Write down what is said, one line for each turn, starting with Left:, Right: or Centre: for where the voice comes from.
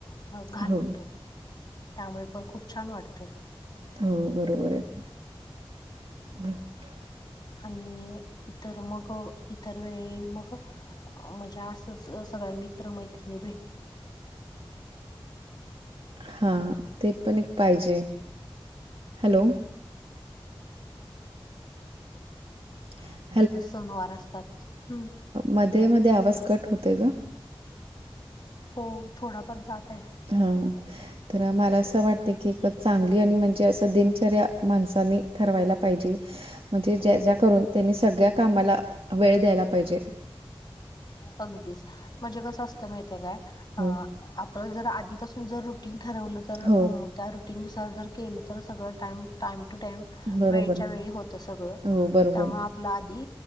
Left: अ-घालवतो
Right: हो
Left: त्यामुळें पण खूप छान वाटतं.
Right: हो बरोबर ये. <inaudible>
Left: आणि इतर मग इतर वेळी. मग म्हणजे आसं सगळ्या मित्र मैत्रणी भेट
Right: हा.. ते पण एक पाहिजे, हॅलो <inaudible>
Left: सनवार असतात. हम्म
Right: मध्ये मध्ये आवाज कट होतय कां?
Left: हो, थोडाफार जात आहे.
Right: हा. तर मला असं वाटते की, एक चांगली आणि म्हणजे असं दिनचर्या माणसानी ठरवायला पाहिजे. म्हणजे ज्या ज्या करून त्यांनी, सगळ्या कामाला वेळ द्यायला पाहिजे.
Left: अगदीच. म्हणजे कसं असत माहिती काय, अ-आपलं
Right: हं.
Left: जर आधीपासून जर रुटिंग ठरवलं. तर
Right: हो
Left: त्या रुटीननुसार जर केलं तर, सगळं टाईम टाईम टू टाईम.
Right: बरोबर
Left: वेळच्या वेळी होत सगळं,
Right: हो बरोबर
Left: त्यामुळे आप पल आधी